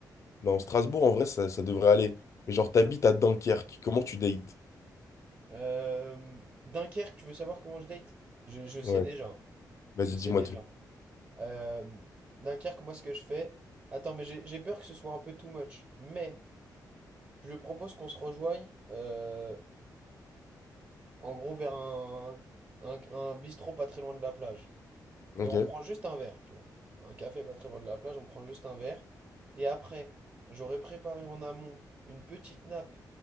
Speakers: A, on the left; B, on the right.
A: Non, Strasbourg, en vrai, ça, ça devrait aller. Mais genre, t'habites à Dunkerque. Comment tu dates?
B: Euh, Dunkerque, tu veux savoir comment je date? Je, je sais
A: Ouais.
B: déjà, hein.
A: Vas-y,
B: je sais
A: dis-moi
B: déjà.
A: tout.
B: Euh, Dunkerque, moi, ce que je fais... Attends, mais j'ai j'ai peur que ce soit un peu too much. Mais je propose qu'on se rejoigne, euh, en gros, vers un, un, un bistrot pas très loin de la plage.
A: Ok.
B: et on prend juste un verre, tu vois. Un café pas très loin de la plage, on prend juste un verre. Et après, j'aurais préparé en amont une petite nappe.